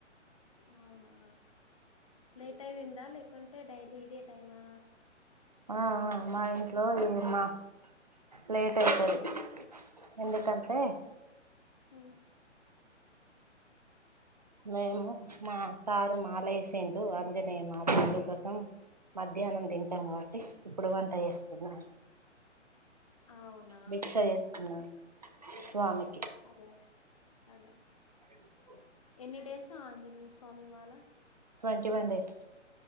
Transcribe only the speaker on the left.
అవునా లేట్ అయిందా లేకుంటే డైలీ ఇదే టైమా
ఊ
అవునా
అదే అదే
ఎన్ని డేస్ ఆంజనేయ స్వామి మాల